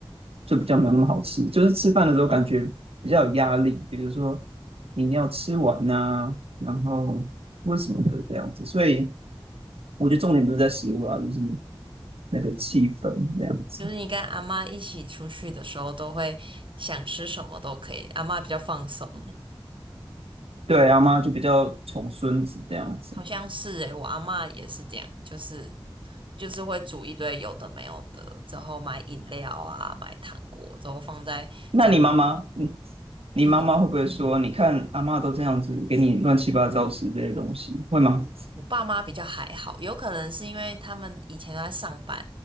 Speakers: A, on the right; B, on the right.
A: 就比较没有那么好吃。就是吃饭的时候感觉比较有压力，比如说你要吃完呐、然后或什么的这样子。所以我觉得重点不是在食物啊，就是那个气氛这样子。
B: 就是你跟阿妈一起出去的时候，都会想吃什么都可以，阿妈比较放松。
A: 对，阿妈就比较宠孙子这样子。
B: 好像是诶，我阿嬷也是这样，就是就是会煮一堆有的没有的，之后买饮料啊，买糖果，之后放在家。
A: 那你妈妈，你你妈妈会不会说，
B: 嗯，
A: 你看阿妈都这样子给你乱七八糟吃这些东西，会吗？
B: 我爸妈比较还好，有可能是因为他们以前都在上班，